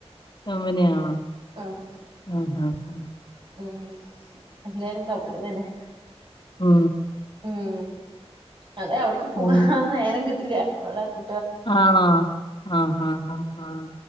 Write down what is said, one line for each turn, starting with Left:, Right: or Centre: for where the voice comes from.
Left: <unintelligible>
Right: ആഹ്
Left: ഹ് ഹാ ഹാ
Right: മ് എല്ലാരും കമ്പനി തന്നെ
Left: മ്
Right: മ് അതെ അവ്ട്ക്കും പൂകാൻ
Left: ഉം
Right: നേരം കിട്ടില്ല അവടെ കു
Left: ആണോ ആഹ് ആഹ് ആഹ് ആഹ്